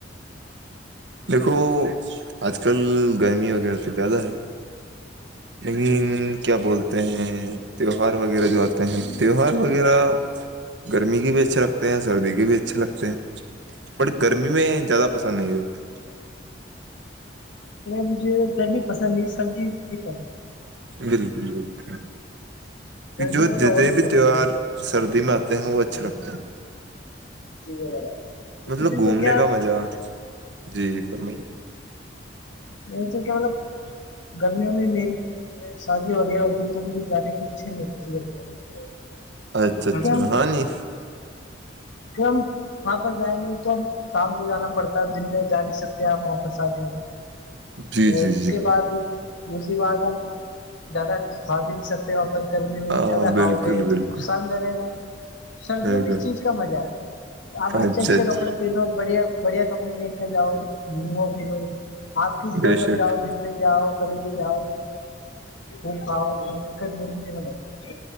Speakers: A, on the right; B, on the left.
A: دیکھو آج کل گرمی وغیرہ تو زیادہ ہے لیکن کیا بولتے ہیں تیوہار وغیرہ جو آتے ہیں تیوہار وغیرہ گرمی کے بھی اچھے لگتے ہیں سردی کے بھی اچھے لگتے ہیں پر گرمی میں زیادہ پسند نہیں ہوتے
B: مجھے گرمی پسند نہیں سردی نہیں پسند
A: بالکل بالکل
B: نہیں۔
A: کہ
B: گرمی
A: جو
B: ہو
A: جتنے
B: تو اوائڈ
A: بھی
B: کرتا
A: تہوہار
B: ہوں میں۔
A: سردی میں آتے ہیں وہ اچھے رکھتے ہیں
B: جی میرا بھائی تو
A: مطلب
B: مجھے
A: گھومنے
B: تو کیا
A: کا مزہ جی فرمائیے
B: م تو کیا مطلب گرمییا ہوئی میری سعودی ایا ہوتی تو مجھے جان کی اچھا نہیں ہوتی
A: اچھا اچھا
B: کیم
A: ہاں نہیں
B: کیم <unintelligible> وہاں پر جائیں گے تو ہم شام کو جانا پڑتا ہے دن میں جا نہیں سکتے آپ وہاں پر ساتھے
A: جی
B: اور
A: جی
B: اس
A: جی
B: کے بعد اس اس کے بد آپ زدہ کھا بھی نہیں سکتے اور گرمیوں میں
A: ہاں
B: زیادہ
A: بالکل
B: کاؤ گے
A: بالکل
B: تو نقصان رہے گا سردیوں
A: بالکل
B: میں اس چیز کا مزہ ہے آپ
A: اچھا
B: اچھے اچھے
A: اچھا
B: کپڑے پھرو بڑھیا بڑھیا کپڑے پہن کے جاؤ گھومو پھرو آپ کی طرح
A: بے
B: جب
A: شک
B: جاؤ دن میں جاؤ کبھی بھی جاؤ خب کھاؤ ب دقت ملتی ہے ن